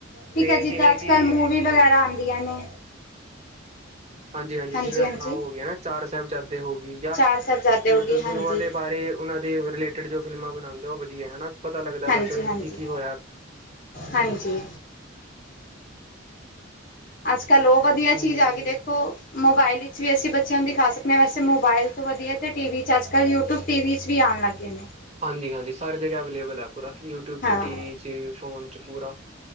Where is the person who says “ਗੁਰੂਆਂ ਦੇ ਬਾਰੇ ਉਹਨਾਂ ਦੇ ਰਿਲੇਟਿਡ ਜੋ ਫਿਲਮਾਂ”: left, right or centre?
Right